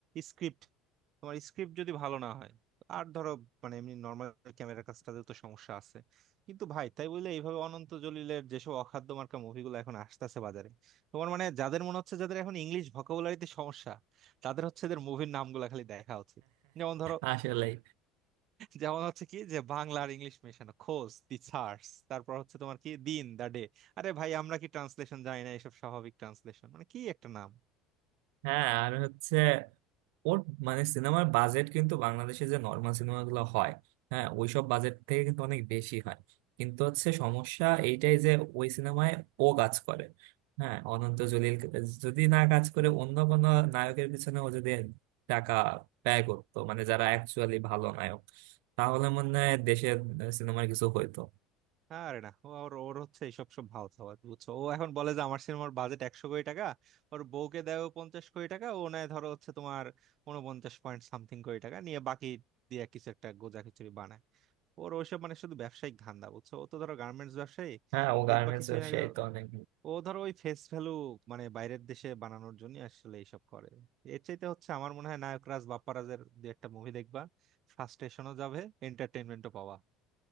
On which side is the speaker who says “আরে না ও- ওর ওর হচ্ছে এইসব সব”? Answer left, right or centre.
Right